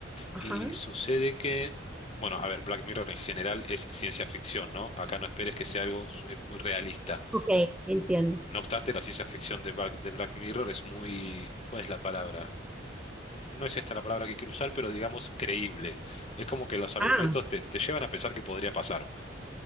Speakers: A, in the centre; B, on the left.
A: Ajá.
B: y sucede que, bueno, a ver, Black Mirror en general es ciencia ficción, ¿no? Acá no esperes que sea algo su- eh, muy realista.
A: Ok, entiendo.
B: No obstante, la ciencia ficción de Black, de Black Mirror es muy, ¿cuál es la palabra? N- No es esta la palabra que quiero usar, pero digamos creíble. Es como que los argumentos
A: Ah,
B: te te llevan a pensar que podría pasar.